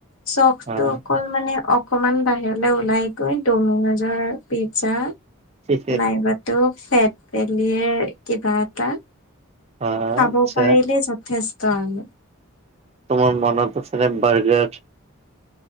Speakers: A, on the left (about 65°); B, on the right (about 30°).
A: চখ
B: অ',
A: টো অকল মানে অকমান বাহিৰলে ওলাই গৈ দমিনজৰ পিজ্জা
B: ঠিকে।
A: নাইবাতো ফেটবেলিৰ কিবা এটা
B: অ',
A: খাব
B: আচ্ছা
A: পাৰিলে যথেষ্ট আৰু
B: তোমাৰ মনত আছিলনে বাৰগাৰ